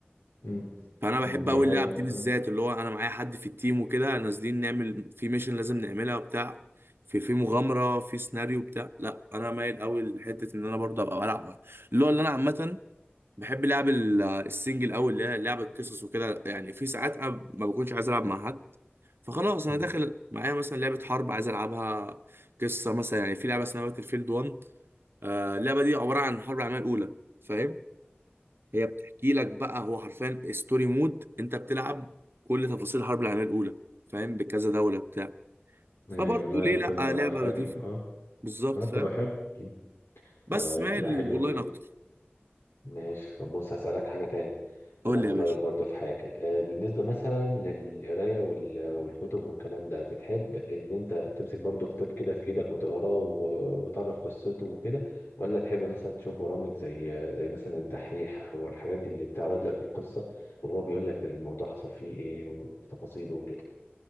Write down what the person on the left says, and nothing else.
مم.
مم، دي
حقيقة
آه.
مم.
ايوه
لا دي
بتبقى
حاجة
اه
اه
بتبقى حلو
طيب
ده
حلو جدا
ماشي طب بص هسألك حاجة تاني عايز
اخد
رأيك برضه في حاجة آه، بالنسبة مثلا للقراية وال- والكتب والكلام ده بتحب ان انت تمسك برضه كتاب كده في ايدك وتقراه و- وتعرف قصته وكده ولا تحب مثلا تشوف برامج زي زي مثلا الدحيح او الحاجات دي اللي بتعرض لك القصة وهو بيقول لك الموضوع حصل فيه ايه وتفاصيله وكده